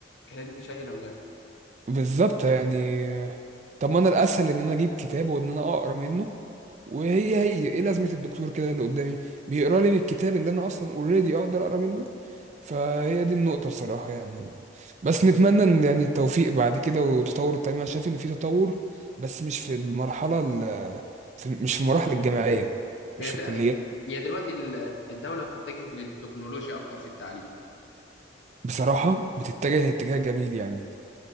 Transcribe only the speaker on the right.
بالظبط يعني طب ما انا الاسهل ان انا اجيب كتاب وان انا اقرا منه وهي هي ايه لازمه الدكتور كده اللي قدامي بيقرا لي من الكتاب اللي انا اصلا اوريدي اقدر اقرا منه فهي دي النقطه بصراحه يعني بس نتمنى ان يعني التوفيق بعد كده وتطور التعليم انا شايف ان في تطور بس مش في المرحله ال- في مش في المراحل الجامعيه مش
في الكليه
بصراحه بتتجه اتجاه جميل يعني